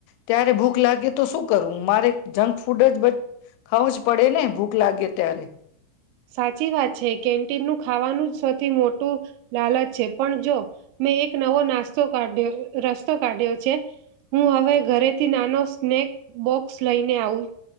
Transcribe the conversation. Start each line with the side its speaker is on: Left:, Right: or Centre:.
Left: ત્યારે ભૂખ લાગે તો શું કરવું મારે જંક ફૂડ જ ખાવું જ પડે ને ભૂખ લાગે ત્યારે.
Right: સાચી વાત છે કેન્ટીનનું ખાવાનું જ સૌથી મોટું લાલચ છે પણ જો મેં એક નવો નાસ્તો કાઢ્યો રસ્તો કાઢ્યો છે હું હવે ઘરેથી નાનો સ્નેક બોક્સ લઈને આવું